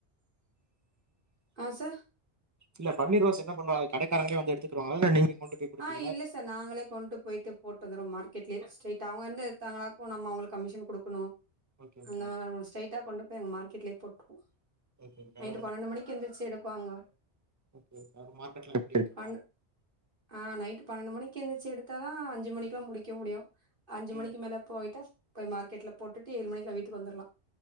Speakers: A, on the right; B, on the right.
A: ஆ சார்
B: இல்ல பன்னீர் ரோஸ் என்ன பண்ணுவாங்க கடகாரங்கலே வந்து எடுத்துக்குரு வாங்லா இல்ல நீங்க கொண்டு போய் குடுப்பீங்களா?
A: ஆ இல்ல ச ச நாங்களே கொண்ட்டு போய்ட்டு போட்டு வந்ருவோ மார்கெட்லே ஸ்ட்ரைட்டா அவ்ங்க வந்து எடுத்தாங்கனாக்கு நம்ம அவ்ங்களுக்கு கமிஷன் குடுக்ணு
B: ஓகே, ஓகே.
A: அந்த மாரி ஸ்ட்ரைட்டா கொண்டு போய் எங்க மார்க்கெட்லயே போட்ருவோ
B: ஓகே, ஓகே.
A: நைட்டு
B: அதோட
A: பன்னெண்டு
B: மா
A: மணிக்கு எந்ருச்சு எடுப்பாங்க
B: ஓகே அத மார்க்கெட்ல எப்டி எடுப்பாங்க
A: பண் ஆ நைட்டு பன்னெண்டு மணிக்கு எந்திச்சி எடுத்தா தா அஞ்சு மணிக்லா முடிக்க முடியு அஞ்சு
B: ம்,
A: மணிக்கு மேல போய்ட்டா போய் மார்கெட்ல போட்டுட்டு ஏழு மணிக்லா வீட்டுக்கு வந்தற்லா